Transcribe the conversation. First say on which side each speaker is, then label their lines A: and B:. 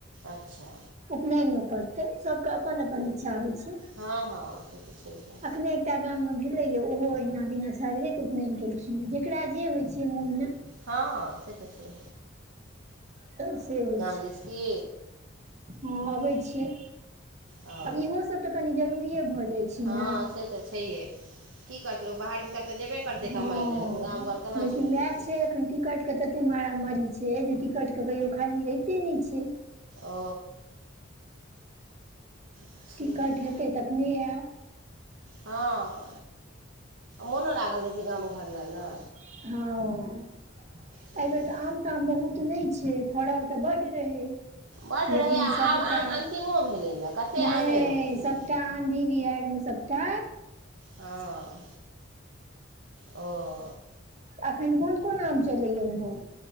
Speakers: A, on the right; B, on the right.
A: अच्छा
B: उपनयन मे पड़तै सबके अपन अपन इच्छा होइ छै
A: हँ हँ से तऽ छैहे
B: अखने एकटा गाममे भेलैएा ओहो अहिना बिना छागरेके उपनयन केलखिन हेँ जेकरा जे होइत छै मोनमे
A: हँ, से तऽ छै।
B: तऽ से होइ छै,
A: दिस की
B: हम अबै छी।
A: ओ
B: आब इहोसभ तऽ कनी जरूरीए भऽ जाइत छै
A: हँ
B: ने।
A: से तऽ छैहे की करतै, बाहर भीतर तऽ जेबे। करतै
B: हँ,
A: कमाइ लए लेकिन गाम घर केना
B: लेकिन
A: छोड़ि देतै
B: वएह छै एखन। टिकटक तते मारामारी छै जे टिकट कहियो खाली रहिते नहि छै।
A: ओ छैहे
B: टिकट हेतै तखने आयब।
A: हँ, मोनो लागल रहै छै गाम घर लेल ने।
B: हँ,
A: छैहे
B: एहि बेर तऽ आम। आम बहुत नहि छै, फड़ल तऽ बड़ रहे।
A: बड्ड
B: लेकिन
A: रहै आ
B: सबटा
A: आब आम अन्तिमो भेलै ने कतेक
B: नहि,
A: आमे रहतै
B: सबटा। आँधी बिहारि मे सभटा
A: हँ, ओ
B: अखन कोन कोन आम चलैए ओहो?